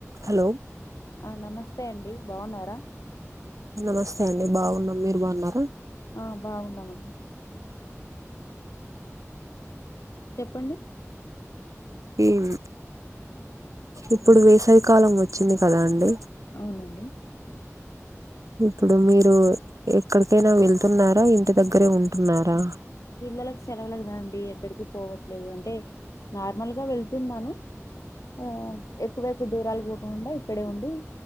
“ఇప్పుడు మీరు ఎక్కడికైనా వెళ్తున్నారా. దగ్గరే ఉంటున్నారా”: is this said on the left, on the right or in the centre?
Right